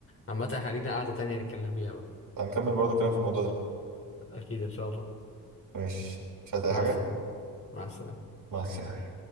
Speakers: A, on the left; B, on the right.
A: عامة خلينا قاعدة تانية نتكلم فيها بقى
B: <laughs> هنكمل برضو كلام في الموضوع ده
A: اكيد ان شاء الله
B: ماشي مش عايز اي
A: مع
B: حاجه
A: السلامة مع السلامة
B: مع السلامه